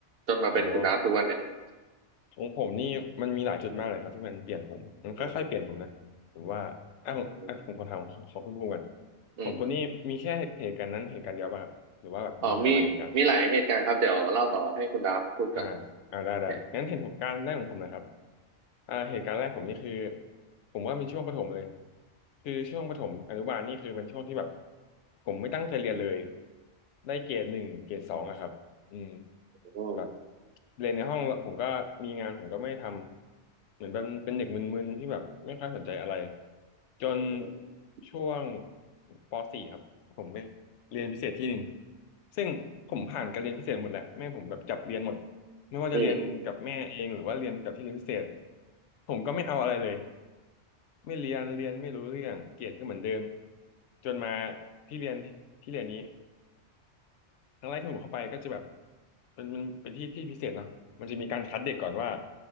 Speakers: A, on the right; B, on the left.
A: จนมาเป็นคุณดาบทุกวันเนี่ย
B: โอ้ ของผมนี่มันมีหลายจุดมากเลยครับที่มันเปลี่ยนผมมันค่อยๆเปลี่ยนผมนะผมว่าอ้าวองอ่ะผมขอถามของของคุณภูมิกัน
A: อืมอืมอืม
B: ของคนนี้มีแค่เหตุการณ์นั้นเหตุการณ์เดียวป่ะครับหรือว่าแบบมีหลายๆเหตุการณ์
A: อ๋อมีมีหลายเหตุการณ์ครับเดี๋ยวเล่าต่อให้คุณดาบพูดก่อน
B: อ่าอ่าได้ได้งั้นเหตุการณ์แรกของผมนะครับ
A: น
B: อ่าเหตุการณ์แรกผมนี่คือผมว่าเป็นช่วงประถมเลยคือช่วงประถมอนุบาลนี่คือเป็นช่วงที่แบบผมไม่ตั้งใจเรียนเลยได้เกรดหนึ่งเกรดสองอะครับอืม
A: อืม
B: แบบเรียนในห้องแล้วผมก็มีงานผมก็ไม่ได้ทำเหมือนเป็นเป็นเด็กมึนๆที่แบบไม่ค่อยสนใจอะไรจน
A: อืม
B: ช่วงปสี่ครับผมไปเรียนพิเศษที่หนึ่งซึ่งผมผ่านการเรียนพิเศษหมดแหละแม่ผมแบบจับเรียนหมด ไม่ว่าจะเรียนกับแม่เองหรือว่าเรียนกับที่เรียนพิเศษ
A: อืม
B: ผมก็ไม่เอาอะไรเลยไม่เรียนเรียนไม่รู้เรื่องเกรดก็เหมือนเดิมจนมาที่เรียนที่ที่เรียนนี้ครั้งแรกที่ผมเข้าไปก็จะแบบเป็นมันเป็นที่ที่พิเศษเนาะมันจะมีการคัดเด็กก่อนว่า